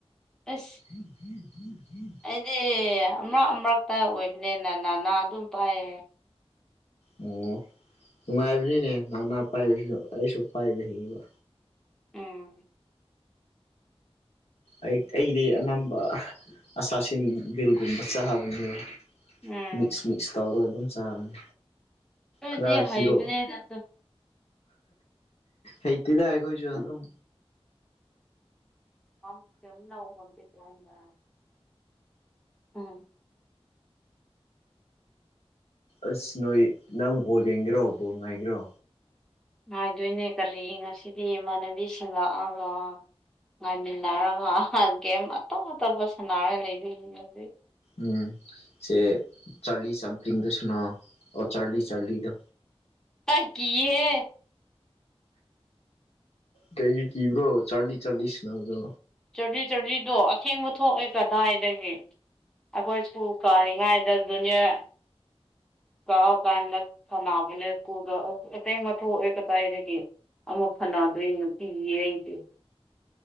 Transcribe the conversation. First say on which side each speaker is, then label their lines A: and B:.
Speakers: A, in the centre; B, on the left.
A: ꯑꯁ
B: <inaudible>
A: ꯑꯩꯗꯤ ꯑꯃꯔꯥꯛ ꯑꯃꯔꯥꯛꯇ ꯑꯣꯏꯕꯅꯤꯅ ꯅꯅꯥ ꯑꯗꯨꯝ ꯄꯥꯏ
B: ꯑꯣ ꯅꯨꯡꯉꯥꯏꯕꯅꯤꯅꯦ ꯅꯥꯅꯥ ꯄꯥꯏꯕꯁꯨ ꯑꯩꯁꯨ ꯄꯥꯏꯕ ꯍꯩꯌꯦꯕꯥ
A: ꯎꯝ
B: ꯑꯩꯗꯤ ꯑꯅꯝꯕ ꯑꯁꯥꯁꯤꯟ ꯕꯤꯜꯒꯨꯝꯕ ꯆꯥꯕꯅꯦꯕ
A: ꯎꯝ
B: ꯃꯤꯛꯁ ꯃꯤꯛꯁ ꯇꯧꯔꯒ ꯑꯗꯨꯝ ꯆꯥꯕꯅꯤ
A: ꯑꯗꯨꯗꯤ
B: ꯈꯔ
A: ꯍꯩꯕꯅꯤꯅ
B: ꯍꯤꯔꯣ
A: ꯑꯗꯨꯝ
B: ꯍꯩꯇꯦꯗꯥ ꯑꯩꯈꯣꯏꯁꯨ ꯑꯗꯨꯝ
A: <unintelligible> ꯎꯝ
B: ꯑꯁ ꯅꯣꯏ ꯅꯪ ꯕꯣꯜ ꯌꯦꯡꯒꯦꯔꯣ ꯕꯣꯜ ꯉꯥꯏꯒꯦꯔꯣ
A: ꯉꯥꯏꯗꯣꯏꯅꯦ ꯀꯔꯤ ꯉꯁꯤꯗꯤ ꯏꯃꯥꯟꯅꯕꯤꯁꯤꯡꯂꯛꯑꯒ ꯉꯥꯏꯃꯤꯟꯅꯔꯒ ꯒꯦꯝ ꯑꯇꯣꯞ ꯑꯇꯣꯞꯄ ꯁꯥꯟꯅꯔꯒ ꯂꯩꯗꯣꯏꯅꯤ
B: ꯎꯝ ꯁꯦ ꯆꯥꯔꯂꯤ ꯆꯝꯄꯂꯤꯡꯗꯨ ꯁꯅꯧꯑꯣ ꯆꯥꯔꯂꯤ ꯆꯥꯔꯂꯤꯗꯣ
A: ꯍ‌ꯦ ꯀꯤꯌ‌ꯦꯍ‌ꯦ
B: ꯀꯩꯒꯤ ꯀꯤꯕ꯭ꯔꯣ ꯆꯥꯔꯂꯤ ꯆꯥꯔꯂꯤ ꯁꯅꯥꯎꯗꯣ
A: ꯆꯥꯔꯂꯤ ꯆꯥꯔꯂꯤꯗꯣ ꯑꯁꯦꯡꯕ ꯊꯣꯛꯑꯦ ꯀꯗꯥꯏꯗꯒꯤ ꯑꯩꯈꯣꯏ ꯁ‌ꯀꯨꯜ ꯀꯥꯔꯤꯉꯩꯗ ꯖꯨꯅꯤꯌꯔ ꯀꯥꯍ ꯀꯥꯟꯗ ꯁꯥꯟꯅꯕꯅꯦ ꯀꯨꯜꯗꯥ ꯑꯇ‌ꯦꯡꯕ ꯊꯣꯛꯑꯦ ꯀꯗꯥꯏꯒꯦ ꯑꯃꯨꯛ ꯐꯅꯗꯔꯤ ꯅꯨꯄꯤꯒꯤ ꯑꯩꯒꯤ